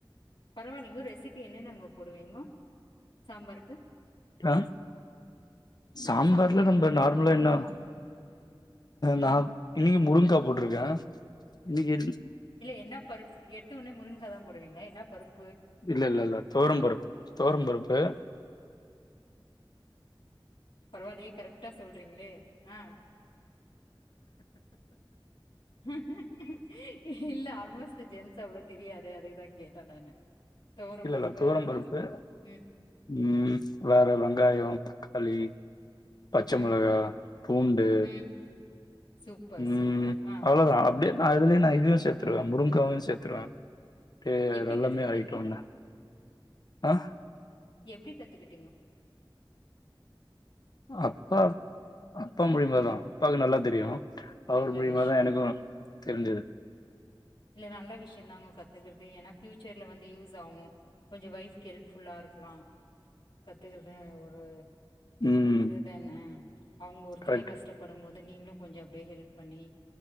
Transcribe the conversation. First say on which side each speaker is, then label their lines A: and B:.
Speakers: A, on the left (about 75°); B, on the left (about 50°).
A: பரவாலிங்கோ ரெசிபி என்னென்னங்கோ போடுவீங்கோ சாம்பாருக்கு
B: ட்ராங் சாம்பார்ல
A: சாம்பாருக்கு
B: நம்ம
A: என்னென்னல்லா
B: நார்மலா
A: போடுவீங்க
B: என்னா
A: ம்
B: நா இன்னிகு முருங்கா போட் ட்ருக்க இன்னிக்கு
A: இல்ல என்னா பருப்பு எடுத்த உன்னே முருங்காதா போடுவீங்களா என்னா பருப்
B: இல்ல இல்ல இல்ல தோரம் பருப்- தோரம் பருப்பு
A: பரவால்லியே கரெக்ட்டா சொல்றீங்ளே ஆ ஹஹ்ஹ ஹ இல்ல ஆல்மோஸ்ட் ஜென்ஸ் அவ்ளொ தெரியாதே அதுக்குதா கேட்ட நானு துவரம்
B: இல்லல்ல
A: பருப்பு
B: துவரம்
A: அப்புறம்
B: பருப்பு
A: ம்,
B: ம் வேற வெங்காயொ தக்காளி பச்ச
A: ம்,
B: மெளகா பூண்டு
A: ம். சூப்பர்,
B: ம்
A: சூப்பர். ஆ
B: அவ்ளதா அப்டே நா இதுலயே நா இதயு சேத்துடுவே முருங்காவயு சேத்துருவே ட்டு
A: எப்படி
B: வெள்ளமே
A: கத்துட்டீங்கோ?
B: ஆகிட்டோன்ன ஆ
A: எப்டி கத்துகிட்
B: அப்பா அப்பா மூல்யமாதா
A: ம்.
B: அப்பாக்கு நல்லா தெரியு அவர்
A: நல்ல
B: மூல்யமாதா
A: விஷயம்.
B: எனக்கு தெரிஞ்சது
A: இல்ல நல்ல விஷ்யந்தாங்க கத்துக்கற்து ஏனா ஃபியூச்செர்ல வந்து யூஸ் ஆவு கொஞ்ச வொய்ஃப்க்கு ஹெல்ப்ஃபுல்லா இருக்லா கத்துக்கற்து ஒரு
B: ம்
A: இதுதானெ அவுங்க ஒருத்தரே
B: கரெக்ட்
A: கஷ்டபடும்மோ து நீங்ளு கொஞ்சொ அப்டியே ஹெல்ப் பண்ணி